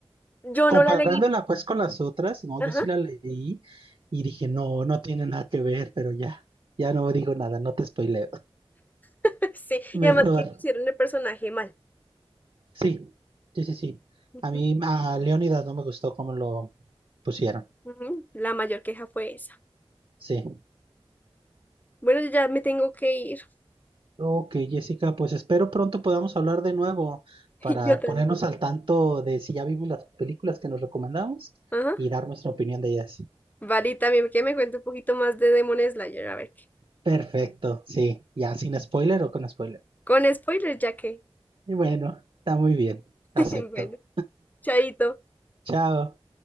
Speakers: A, on the left (about 15°); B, on the right (about 55°).
A: Yo
B: comparándola
A: no la leí.
B: pues con las otras, no,
A: Ajá,
B: yo sí la leí y dije, no, no tiene nada que ver, pero ya, ya no digo nada, no te spoileo.
A: <laughs> sí,
B: <laughs> Mejor,
A: y además que pusieron el personaje mal.
B: sí, sí, sí, sí.
A: Ujú,
B: A mí, a Leonidas no me gustó cómo lo pusieron,
A: ujú, La mayor queja fue esa.
B: sí.
A: Bueno, yo ya me tengo que ir.
B: Ok, Jessica, pues espero pronto podamos hablar de nuevo para
A: <laughs> Yo también.
B: ponernos al tanto de si ya vimos las películas que nos recomendamos
A: Ajá.
B: y dar nuestra opinión de ellas.
A: Vale, y también que me cuente un poquito más de Demon Slayer, a ver qué.
B: Perfecto, sí, ya sin spoiler o con spoiler.
A: Con spoilers, ya que.
B: Y bueno, está muy bien, acepto.
A: <laughs> Bueno, chaito.
B: Chao.